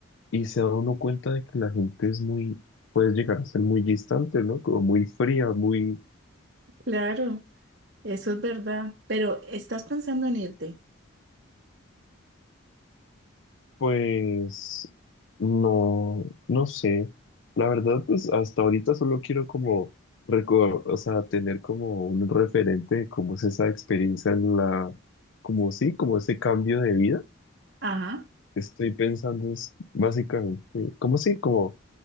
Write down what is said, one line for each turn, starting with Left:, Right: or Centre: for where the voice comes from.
Left: y se da uno cuenta de que la gente es muy, puede llegar a ser muy distante, ¿no? Como muy fría, muy,
Right: Claro, eso es verdad. Pero estás pensando en irte.
Left: pues, no, no sé. La verdad, pues hasta ahorita solo quiero como recordar, o sea, tener como un referente de cómo es esa experiencia en la, como sí, como ese cambio de vida.
Right: Ajá.
Left: Estoy pensando es básicamente, como sí, como